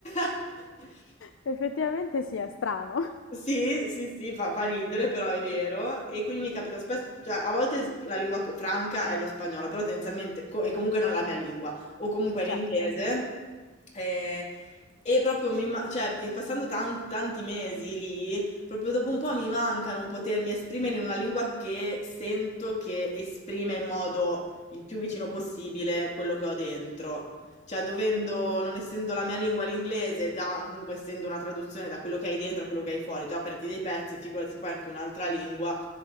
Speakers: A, on the left; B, on the left.
A: <laughs>
B: Effettivamente sì, è strano.
A: Sì, sì, sì, fa, fa ridere, però è vero. E quindi mi capita spesso, cioè a volte s- la lingua co- franca è lo spagnolo, però tendenzialmente, co- e comunque non è la mia lingua, o comunque l'inglese.
B: Certo.
A: eh, E, proprio mi, ma- cioè, e passando tan- tanti mesi lì, proprio dopo un po' mi manca non potermi esprimere in una lingua che sento che esprime in modo il più vicino possibile quello che ho dentro. Cioè, dovendo, non essendo la mia lingua l'inglese, da, comunque essendo una traduzione da quello che hai dentro a quello che hai fuori, già perdi dei pezzi, figurati se poi anche un'altra lingua.